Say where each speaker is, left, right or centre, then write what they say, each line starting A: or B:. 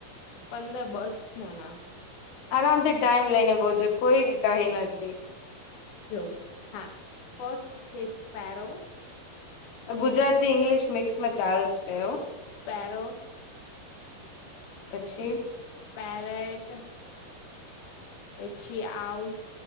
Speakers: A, on the left; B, on the left.
A: પંદ બર્ડસ ના ના
B: આરામથી ટાઈમ લઈને બોલજો કોઈ કહી નથી
A: સોન હા ફસ્ટ છે સ્પેરો
B: ગુજરાતી ઇંગ્લિશ મિક્સમાં ચાલશે હો
A: સ્પેરો
B: પછી
A: પેરેટ- પછી આલ